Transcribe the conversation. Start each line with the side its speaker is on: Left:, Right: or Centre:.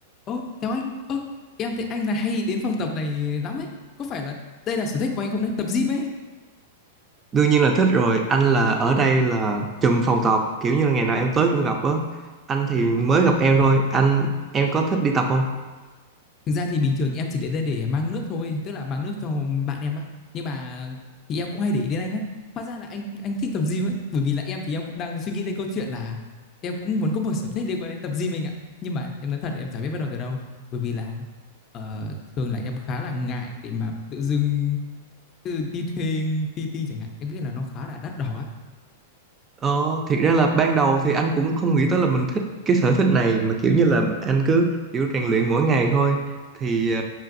Left: Ô, chào anh. Ơ, em thấy anh là hay đến phòng tập này lắm ấy. Có phải là đây là sở thích của anh không đấy? Tập gym ấy anh.
Right: đương nhiên là thích rồi anh là ở đây là trùm phòng tập kiểu như là ngày nào em tới cũng gặp á anh thì mới
Left: Ờ,
Right: gặp em thôi anh em có thích đi tập không
Left: thực ra thì bình thường em chỉ đến đây để mang nước thôi, tức là mang nước cho bạn em á. Nhưng mà thì em cũng hay để ý đến anh á. Hóa ra là anh anh thích tập gym ấy, bởi vì là em thì em cũng đang suy nghĩ đến câu chuyện là em cũng muốn có một sở thích liên quan đến tập gym mình ạ. Nhưng mà em nói thật là em chả biết bắt đầu từ đâu, bởi vì là ờ, thường là em khá là ngại để mà tự dưng tự đi thuê PT chẳng hạn. Em nghĩ là nó khá là đắt đỏ á
Right: ờ thiệt ra là ban đầu thì anh cũng không nghĩ tới là mình thích cái sở thích này mà kiểu như là anh cứ kiểu rèn luyện mỗi ngày thôi thì